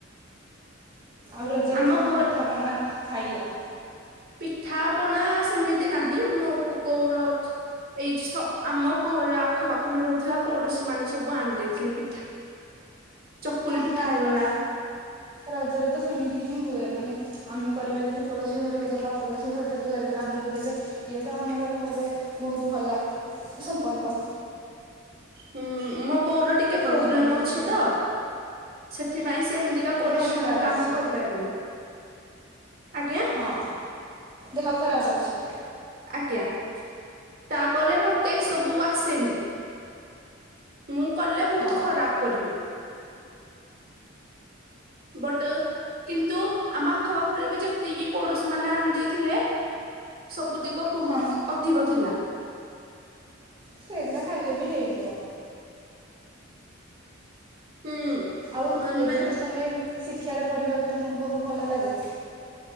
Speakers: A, on the right; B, on the right.
A: ଆଉ ରଜରେ
B: ଆମ
A: କଣ
B: ଘର
A: ପିଠାପଣା ଖାଇଲ?
B: ପିଠାପଣା ସେମିତି ନାହିଁ ମୋ ବୋଉର ଏଇ ଯୋ ସ-ଆମ ଘର ଆଖପାଖରେ ରହୁଥିବା ପଡୋଶୀ ମାନେ ସବୁ ଆଣିଦେଇଥିଲେ ପିଠା। ଚକୁଳି
A: ହଁ
B: ପିଠା
A: ଗାଁରେ।
B: ହେଇଗଲା
A: ରଜରେ ତ ସେମିତି ହିଁ ହୁଏ ମାନେ ଆମେ କରିବା ଯଦି ପଡୋଶୀ ଘରକୁ ଦବା ପ୍ ପଡ଼ୋଶୀ ଘର ଯଦି କରିବେ ଆମକୁ ଦେବେ ଇଏ ତ ଆମର ଗୋଟେ ବହୁତ ଭଲ ସମ୍ପର୍କ।
B: ହୁଁ ଆମ ବୋଉର ଟିକେ
A: ପଡ଼ୋଶୀମାନଙ୍କ
B: ପ୍ରୋବ୍ଲେମ ଅଛି
A: ଭିତରେ
B: ତ। ସେଥିପାଇଁ ସେ ଏମିତିକା ପରିଶ୍ରମ
A: ଦେହ ଖରାପ
B: କାମ
A: ଅଛି
B: କରିପାରିବନି। ଆଜ୍ଞା।
A: ହଁ ଦେହ ଖରାପ ଅଛି।
B: ଆଜ୍ଞା। ତାପରେ ମତେ ଏସବୁ ଆସେନି। ମୁଁ କଲେ ବହୁତ
A: ହଁ
B: ଖରାପ କରିବି। ବଟ କିନ୍ତୁ ଆମ ଆଖପାଖରେ ବି ଯେତିକି ପଡୋଶୀ ମାନେ ଆଣିଦେଇଥିଲେ ସବୁ ତିକ ବୁହୁତ
A: ହଁ
B: ଅଧିକ ଥିଲା।
A: ସେଗୁଡା ଖାଇଲେ ବି ହେଇଯିବ।
B: ହୁଁ।
A: ଆଉ
B: ମାନେ
A: ଏଜୁକେସନରେ ଶିକ୍ଷାରେ ପଢ଼ିବାକୁ ତୁମକୁ ବହୁତ ଭଲ ଲାଗେ?